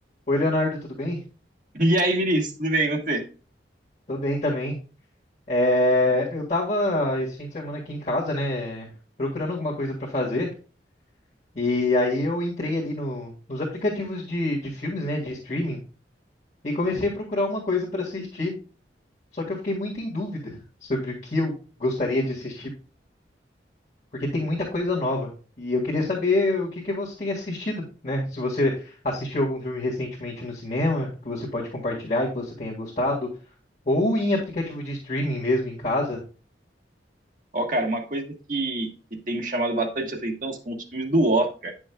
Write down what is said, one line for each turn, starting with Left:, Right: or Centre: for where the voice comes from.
Left: Oi, Leonardo, tudo bem?
Right: E aí, Vinícius, tudo bem, e você?
Left: Tô bem também. É, eu tava esse fim de semana aqui em casa, né, procurando alguma coisa pra fazer, e aí eu entrei ali no- nos aplicativos de, de filmes, né, de streaming, e comecei a procurar uma coisa pra assistir. Só que eu fiquei muito em dúvida sobre o que eu gostaria de assistir, porque tem muita coisa nova. E eu queria saber o que que você tem assistido, né? Se você assistiu algum filme recentemente no cinema, que você pode compartilhar e que você tenha gostado, ou em aplicativo de streaming mesmo em casa.
Right: Ó, cara, uma coisa que, que tem me chamado bastante atenção são os filmes do Oscar.